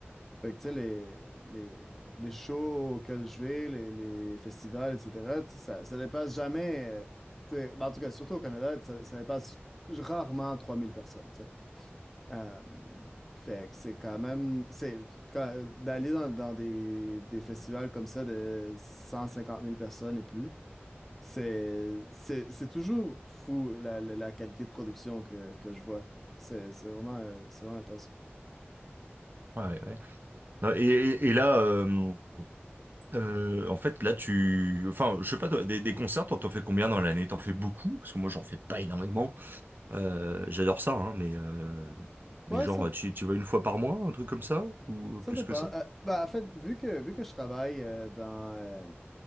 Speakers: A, in the centre; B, on the right.
A: Fait que, tu sais, les, les, les shows auxquels je vais, les, les festivals, etc., tu sais, ça, ça dépasse jamais, euh, tu sais, ben, en tout cas, surtout au Canada, ça, ça dépasse rarement 3000 personnes, tu sais. Euh, fait que c'est quand même, c'est, quand- d'aller dans, dans des, des festivals comme ça de cent cinquante mille personnes et plus, c'est, c'est, c'est toujours fou la, la- la qualité de production que, que je vois. C'est, c'est vraiment, euh, c'est vraiment intense.
B: Ouais, ouais. Non, Et, et, et là, euh, euh, en fait, là, tu, enfin, je sais pas, toi, des, des concerts, toi, t'en fais combien dans l'année? T'en fais beaucoup? Parce que moi, j'en fais pas énormément. Euh, j'adore ça, hein, mais, euh, mais
A: Ouais,
B: genre,
A: ça,
B: tu, tu vas une fois par mois, un truc comme ça, ou
A: Ça
B: plus
A: dépend.
B: que ça?
A: Euh, ben, en fait, vu que, vu que je travaille euh, dans, euh,